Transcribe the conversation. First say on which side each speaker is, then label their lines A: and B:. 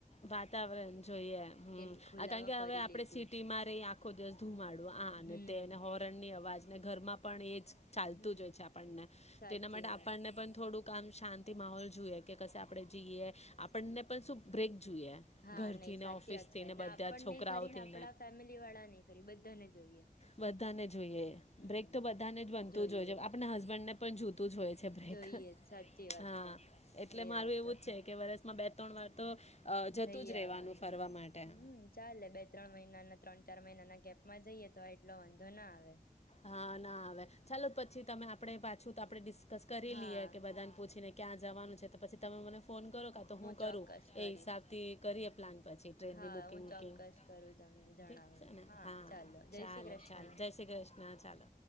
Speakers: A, on the left; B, on the left.
A: વાતાવરણ જોઈએ. હમ્મ.
B: કે ખુલ્લામાં
A: આ કારણ કે
B: ફરી
A: હવે આપણેે
B: લીધું
A: સિટીમાં રહી આખો દિવસ ધુમાડો આ
B: હમ
A: ને તે ને હોરનની અવાજ ને ઘરમાં પણ એ જ ચાલતું
B: હમ
A: જ હોય છે આપણને,
B: સાચી
A: તેના માટે
B: વાત
A: આપણને પણ થોડુંક કામ શાંતિ માહોલ જુએ, કે કશે આપણે જઈએ. આપણને પણ શું બ્રેક જોઈએ.
B: હા,
A: ઘરથી
B: નઈ સાચી
A: ને ઓફિસથી
B: વાત છે. ને
A: બધા
B: આપણને
A: છોકરાઓથી
B: ય ખરી, ને આપડા ફેમિલી વાળા ને ય ખરી, બધ્ધાને જોઈએ.
A: બધાને જોઈએ.
B: હમ
A: બ્રેક તો બધાને જ બનતું
B: જોઈએ
A: જ હોય. આપણે હસબન્ડ ને પણ જો તુ જ હોય છે.
B: જોઈએ સાચી વાત
A: હા,
B: છે
A: એટલે
B: એ
A: મારું
B: વાત
A: એવું
B: તો
A: જ છે
B: ખરી
A: કે વરસમાં બે ત્રણ વાર તો અ જતું
B: જઈ
A: જ રહેવાનું
B: આવાનું.
A: ફરવા માટે
B: હમ ચાલે, બે ત્રણ મહિનાના ત્રણ ચાર મહિના ના કેંપમાં જઈએ તો એટલો વાંધો ના આવે
A: હા, ના આવે. ચાલો પછી તમે આ પડે પાછું તો આપડે દિસ્ સ્વાસ કરી
B: હા
A: લીએ કે બધાન પૂછીને ક્યાં જવાનું છે, તો પછી તમે મને ફોન કરો કા તો હું કરું.
B: ચોક્કસ કરીશ
A: એ હિસાબથી કરીએ પ્લાન પછી, ટ્રેનની
B: હા
A: બુકિંગ
B: હું
A: વુકિંગ.
B: ચોક્કસ કરું તમને જણાવું
A: ઠીક છે ને, હા,
B: ચાલો જય
A: ચાલો.
B: શ્રી કૃષ્ણ
A: ચાલો, જય શ્રી કૃષ્ણ ચાલો.